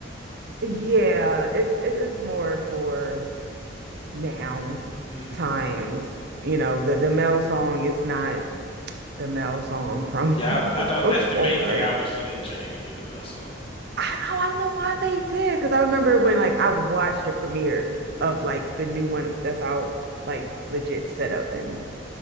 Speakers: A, on the right; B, on the left.
A: Yeah, it's it's it's more for now
B: Mm.
A: times. You know, the the male song is not the male song from
B: Yeah, I,
A: <laughs>
B: I don't.
A: before.
B: That's the main thing I wish they didn't change with the Mel song.
A: I, oh, I don't know why they did because I remember when like I watched the premiere of
B: Mm.
A: like the new one that's out, like legit set up and